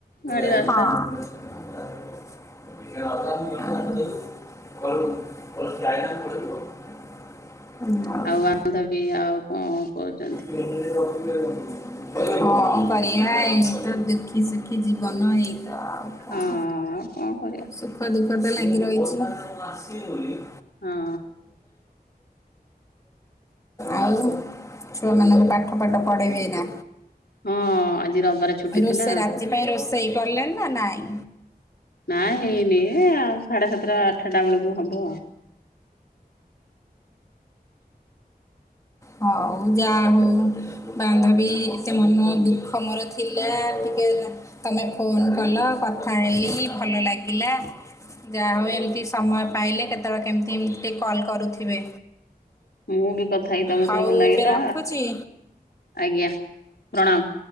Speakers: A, on the left; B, on the left.
A: ଗାଡି
B: ଏଇ
A: ରାସ୍ତା
B: <inaudible> <inaudible>
A: <inaudible>
B: <unintelligible>
A: ଆଉ ବାନ୍ଧବୀ ଆଉ କଣ କରୁଛନ୍ତି?
B: <inaudible> କଁ କରିଆ ଏଇତ ଦୁଃଖୀ ସୁଖୀ ଜୀବନ ଏଇତ ଆଉ। କଣ
A: ହଁ କଣ କରିବା।
B: ସୁଖ ଦୁଃଖ ତ ଲାଗି ରହିଛି ଆଜ୍ଞା।
A: ହଁ
B: ଆଉ ଛୁଆ ମାନଙ୍କୁ ପାଠ ଫାଠ ପଢେଇବେ ଏଇନା?
A: ହଁ ଆଜି ରବିବାର ଛୁଟି
B: ରୋଷେଇ
A: ଥିଲା
B: ରାତି ପାଇଁ ରୋଷେଇ କଲେଣି ନା ନାଇଁ?
A: ନା
B: ହଉ
A: ହେଇନି ଏ ଆଉ ସାଢେ ସାତଟା ଆଠଟା ବେଳକୁ ହବ।
B: ହଉ ଯା ହୋଉ। ବାନ୍ଧବୀ ଏତେ ମନ ଦୁଃଖ ମୋର ଥିଲା ଟିକେ ଏନା ତମେ ଫୋନ୍ କଲ କଥା ହେଲି ଭଲ ଲାଗିଲା ଯାହା ହଉ ଏମିତି ସମୟ ପାଇଲେ କେ ତଳେ କେମିତି ଏମିତି ଟିକେ କଲ୍ କରୁଥିବେ।
A: ମୁଁ ବି କଥା ହେଇକି ତମ
B: ହଉ
A: ସହ ଭଲ ଲାଗିଲା
B: ଏବେ ରଖୁଚି।
A: ଆଜ୍ଞା ପ୍ରଣାମ।